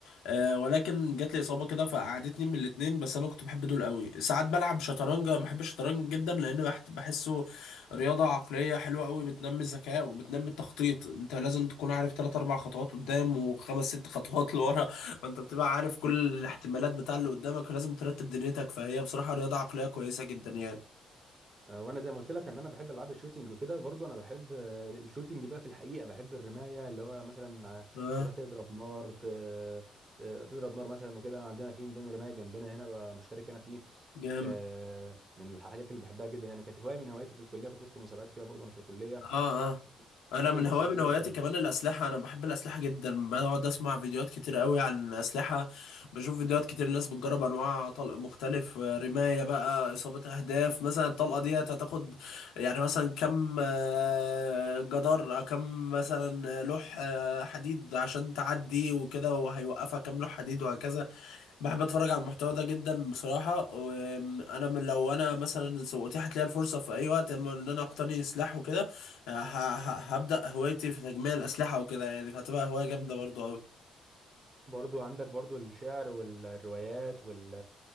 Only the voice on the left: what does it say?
آه ولكن جات لي اصابه كده فقعدتني من الاتنين بس انا كنت بحب دول قوي ساعات بلعب شطرنج أنا بحب الشطرنج جدا لان بحت- بحسه رياضه عقليه حلوه قوي بتنمي الذكاء وبتنمي التخطيط انت لازم تكون عارف تلات اربع خطوات قدام وخمس ست خطوات لورا فانت بتبقى عارف كل الاحتمالات بتاع اللي قدامك ولازم ترتب دنيتك فهي بصراحه رياضه عقليه كويسه جدا يعني
اه
جامد
اه اه انا
من
هواية من
هواياتي كمان الاسلحه انا بحب الاسلحه جدا بقعد اسمع فيديوهات كتير قوي عن الاسلحه بشوف فيديوهات كتير الناس بتجرب انواع طلق مختلف آه، رمايه بقى اصابه اهداف مثلا الطلقه دي هتاخد يعني مثلا كم آه، جدار آه، كم مثلا آه، لوح آه، حديد عشان تعدي وكده وهيوقفها كم لوح حديد وهكذا بحب اتفرج على المحتوى ده جدا بصراحه وانا من لو انا مثلا سوقتي هتلاقي الفرصه في اي وقت اما ان انا اقتني سلاح وكده ه- ه- هبدا هوايتي في تجميع الاسلحه وكده يعني فهتبقى هوايه جامده برضو قوي